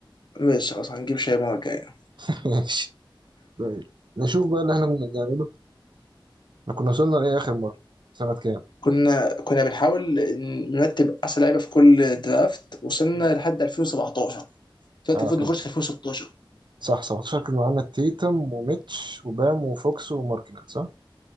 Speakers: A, on the left; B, on the right.
A: ماشي خلاص هنجيب شاي المره الجايه
B: <laughs> ماشي طيب. نشوف بقى اللي احنا كنا بنعمله احنا كنا وصلنا لايه اخر مره سنه كام
A: كنا كنا بنحاول نرتب احسن لعيبه في كل درافت وصلنا
B: مم.
A: لحد 2017 دلوقتي
B: اه
A: المفروض
B: كان
A: نخش في 2016
B: صح 17 كان معانا تيتم وميتش وبام وفوكس وماركنن صح